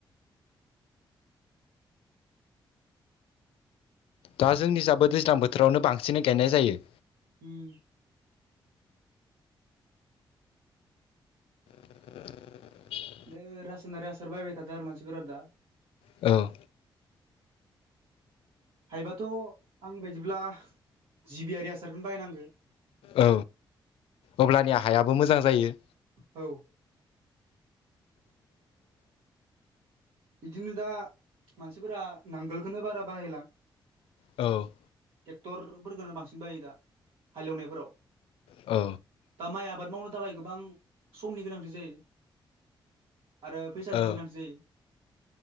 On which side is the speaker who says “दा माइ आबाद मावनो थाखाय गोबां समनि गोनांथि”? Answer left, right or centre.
Right